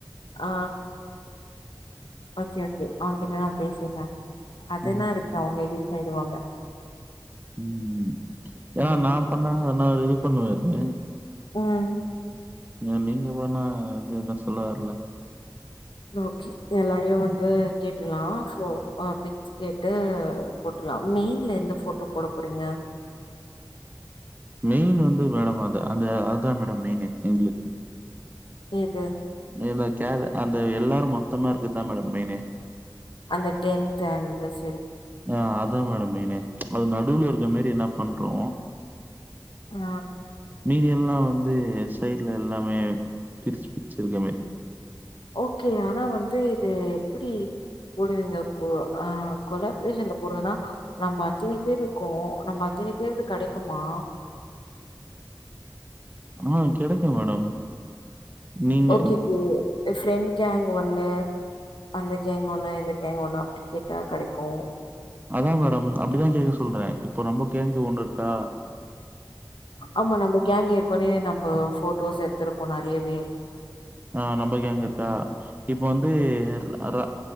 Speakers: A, on the left (about 85°); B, on the right (about 20°).
A: ஆ ஓக்கே ஓக்கே அவங்கிட்ட நா பேசிற்ற அதுஎன்னாருக்கு
B: ம்
A: அவுங்க எடிட் பண்ணிடுவாங்க
B: ம் ஏனா
A: ம்
B: நா பண்ணா என்ன அதுஇது பண்ணுவாரு
A: ம்
B: எ நீங்க போனா இது என்ன சொல்லவார்ல்ல
A: ஓக்கே எல்லாரையு வந்து கேட்ருல்லா சோ ஆ பே கேட்டு போட்டுல்லாம் மெயின்ல எந்த போட்டோ போடபோறீங்க
B: மெயின் வந்து மேடம் அது அந்த அதா மேட மெயினே எங்ளுக்கு
A: எது
B: இந்த கேர் அந்த எல்லாரு மொத்தமா இருக்குத்தா மேடொ மெயினு
A: அந்த டென்த் அனிவெர்செரி
B: அ அதா மேடம் மெயினே அது நடுல இருக்க மேரி என்னா பண்றோ
A: ஆ
B: மீதியல்லா வந்து சைட்ல எல்லாமே பிரிச்சு பிச்சிருக்கமேரி
A: ஓக்கே ஆனா வந்து இது எப்டி புடுவிங்க கொ அ கொலாப்ரேஷன்ல போட்றதுன்னா நம்ப அத்தனி பேருக்கோ நம்ம அத்தனி பேருக்கு கெடக்குமா
B: மேம் கெடக்கூ மேடம் நீங்க
A: ஓக்கே போ என் ப்ரெண்ட் கேங் ஒண்ணு அந்த கேங் ஒன்னு இந்த கேங்க் ஒன்னு அப்டி கேட்டா கடைக்கூ
B: அதா மேடம் அப்டிதா கேக்க சொல்றெ இப்போ நம்ப கேங்கு ஒண்ணுர்க்கா
A: ஆம்மா நம்ம கேங் ஏற்க்கோனே நம்ப ஃபோட்டோஸ் எட்த்திருக்கோ நறியவே
B: ஆ நம்ப கேங்குட்டா இப்ப வந்து அ ர